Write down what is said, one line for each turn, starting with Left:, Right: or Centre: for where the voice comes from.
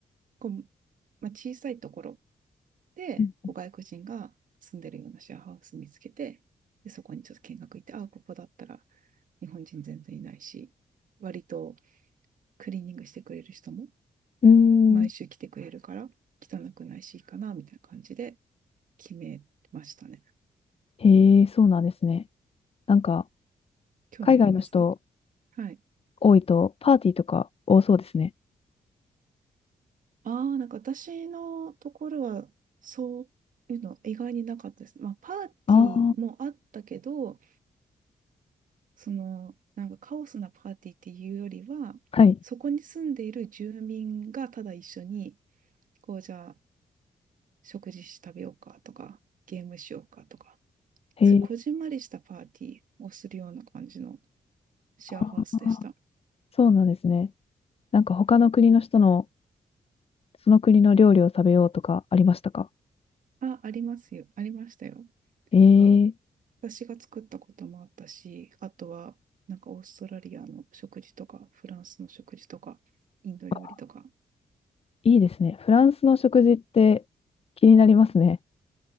Right: こう、まあ、小さいところ、で、
Left: うん。
Right: こう外国人が住んでるようなシェアハウス見つけて、で、そこにちょっと見学行って、ああ、ここだったら日本人全然いないし、割とクリーニングしてくれる人も
Left: うーん
Right: 毎週来てくれるから汚くないしいいかな、みたいな感じで決めましたね。
Left: へえ、そうなんですね。なんか、
Right: 興味あります
Left: 海外の人
Right: はい。
Left: 多いと、パーティーとか多そうですね。
Right: ああ、なんか私のところはそういうの意外になかったです。まあ、パーティーもあったけど、
Left: ああ、
Right: その、なんかカオスなパーティーっていうよりは、
Left: はい。
Right: そこに住んでいる住民がただ一緒に、こう、じゃあ、食事し食べようかとか、ゲームしようかとか、
Left: へえ、
Right: そういうこじんまりしたパーティーをするような感じのシェアハウスでした。
Left: ああ、そうなんですね。なんか、他の国の人の、その国の料理を食べようとかありましたか
Right: あ、ありますよ。ありましたよ。
Left: え
Right: あ、
Left: え、
Right: 私が作ったこともあったし、あとは、なんかオーストラリアの食事とか、フランスの食事とか、インド料理とか、
Left: あいいですね。フランスの食事って気になりますね。